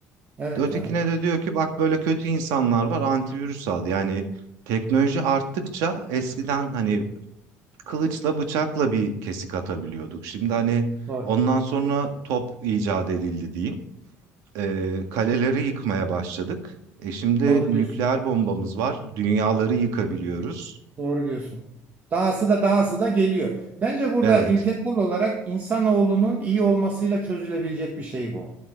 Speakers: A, on the right; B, on the right.
A: Evet
B: Ötekine
A: ya.
B: de diyor ki bak böyle kötü insanlar var antivirüs al. Yani teknoloji arttıkça eskiden hani kılıçla bıçakla bir kesik atabiliyorduk. Şimdi hani
A: Doğru.
B: ondan sonra top icat edildi diyeyim. Ee, kaleleri yıkmaya başladık. E şimdi
A: Doğru diyorsun.
B: nükleer bombamız var. Dünyaları yıkabiliyoruz.
A: Doğru diyorsun. Dahası da dahası da geliyor. Bence burada
B: Evet
A: ilkesel olarak insanoğlunun iyi olmasıyla çözülebilecek bir şey bu.